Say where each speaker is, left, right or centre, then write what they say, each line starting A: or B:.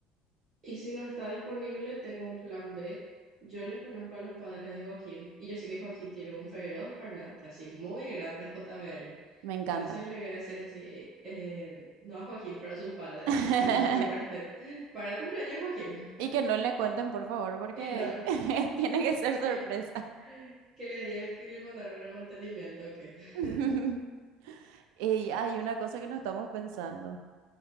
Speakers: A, on the right; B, on the right.
A: Y si no está disponible, tengo un plan B. Yo le conozco a los padres de Joaquín y yo sé que Joaquín tiene un feroz parlante así, muy grande J. B L.
B: me encanta.
A: Entonces le voy a decir así, eh, no a Joaquín, para sus padres
B: <laughs>
A: que me presten para el cumpleaños de Joaquín.
B: Y que no
A: <laughs>
B: le cuenten, por favor, porque
A: Y no.
B: <laughs> tiene que ser sorpresa.
A: que, que le diga que le mandaron el mantenimiento o qué. <laughs>
B: <laughs> Y hay una cosa que no estamos pensando.